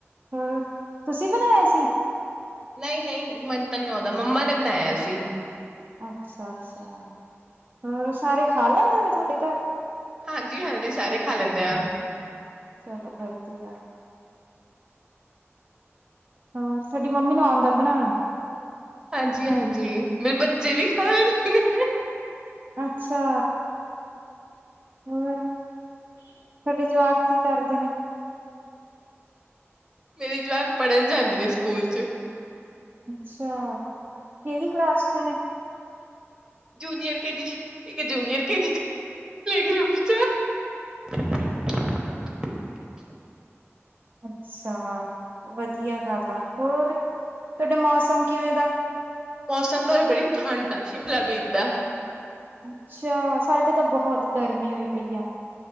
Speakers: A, on the right (about 45°); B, on the right (about 15°).
A: ਹੋਰ ਤੁਸੀਂ ਬਣਾਇਆ ਸੀ
B: ਨਹੀਂ-ਨਹੀਂ ਮਨ ਤਾਂ ਨਹੀਂ ਆਉਂਦਾ ਮੰਮਾ ਨੇ ਬਣਾਇਆ ਸੀ
A: ਅੱਛਾ-ਅੱਛਾ ਹੋਰ ਸਾਰੇ ਖਾ ਲੈਂਦੇ ਨੇ ਤੁਹਾਡੇ ਘਰ
B: ਹਾਂਜੀ-ਹਾਂਜੀ ਸਾਰੇ ਖਾ ਲੈਂਦੇ ਆ।
A: ਚਲੋ ਵਧੀਆ, ਹੋਰ ਸਾਡੀ ਮੰਮੀ ਨੂੰ ਆਉਂਦਾ ਬਣਾਉਣ
B: ਹਾਂਜੀ-ਹਾਂਜੀ ਮੇਰੇ ਬੱਚੇ ਵੀ ਖਾ ਲੈਂਦੇ ਹਦੇ <unintelligible>
A: ਅੱਛਾ ਹੋਰ ਤੁਹਾਡੇ ਜਵਾਕ ਕੀ ਕਰਦੇ ਨੇ
B: ਮੇਰੇ ਜਵਾਕ ਪੜ੍ਹਨ ਜਾਂਦੇ ਨੇ ਸਕੂਲ ਚ
A: ਅੱਛਾ ਕਿਹੜੀ ਕਲਾਸ ਚ ਨੇ
B: ਜੂਨੀਅਰ ਕ ਇੱਕ ਜੂਨੀਅਰ ਕ ਗਰੁੱਪ ਚ <unintelligible>
A: <inaudible> ਅੱਛਾ ਵਧੀਆ ਗੱਲ ਆ ਹੋਰ ਤੁਹਾਡੇ ਮੌਸਮ ਕਿਵੇਂ ਦਾ
B: ਮੌਸਮ ਤਾਂ ਉਰੇ ਬੜੀ ਠੰਡ ਆ ਸ਼ਿਮਲਾ ਬੀਦਾ
A: ਅੱਛਾ ਸਾਡੇ ਤਾਂ ਬਹੁਤ ਗਰਮੀ ਹੋਈ ਪਈ ਆ